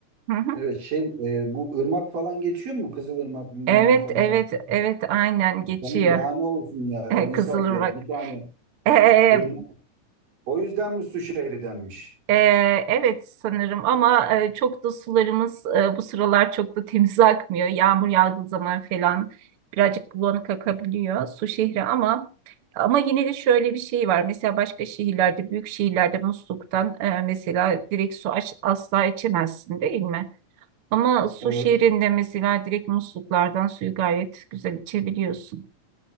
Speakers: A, on the right; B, on the right.
A: Hı hı.
B: Evet şey e, bu ırmak falan geçiyor mu? Kızılırmak bilmem
A: Evet,
B: ne falan.
A: evet, evet aynen geçiyor.
B: Tamam daha ne olsun ya
A: <laughs>
B: el insaf
A: Kızılırmak.
B: ya bir tane
A: Ee,
B: ırmak. O yüzden mi su şehri denmiş?
A: e, evet sanırım ama e, çok da sularımız e, bu sıralar çok da temiz akmıyor. Yağmur yağdığı zaman falan birazcık bulanık akabiliyor su şehri ama ama yine de şöyle bir şey var. Mesela başka şehirlerde, büyük şehirlerde musluktan e, mesela direkt su aç- asla içemezsin değil mi? Ama su
B: Evet.
A: şehrinde mesela direkt musluklardan suyu gayet güzel içebiliyorsun.